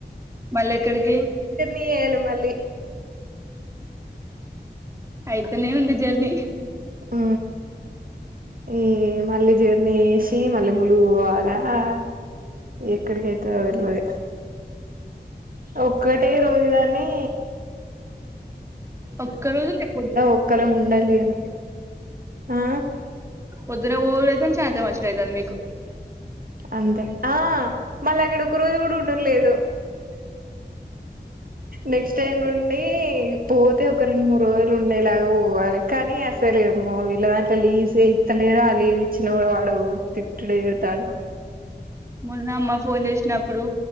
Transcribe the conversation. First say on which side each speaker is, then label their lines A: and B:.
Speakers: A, on the right; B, on the right.
A: మళ్ళెక్కడికి?
B: కి చేయాలే మళ్ళీ.
A: అయితనే ఉంది జర్నీ.
B: ఆ ఈ మళ్ళీ జర్నీ చేషి మళ్ళీ ములుగు పోవాలా ఆ ఎక్కడికి అయితదో తెల్వది. ఒక్కటే రోజుగాని
A: ఒక్క రోజు లేకు <inaudible>
B: ఒక్కలం ఉండలేము ఆ
A: పొద్దున్న పోవుడైతాంది సాయంత్రం అచ్చుడు అయితాంది మీకు.
B: అంతే ఆ మళ్ళా అక్కడ ఒక రోజు కూడా ఉండుడు లేదు నెక్స్ట్ టైం నుండి పోతే ఒక రెండు మూడు రోజులు ఉండేలాగా పోవాలి. కానీ అసలేమో వీళ్ళ దాంట్లో లీవ్సే ఇత్త లేరు, ఆ లీవ్ ఇచ్చిన కూడా వాడు తిట్డుడే తిడతాండు.
A: మొన్న అమ్మ ఫోన్ చేసినప్పుడు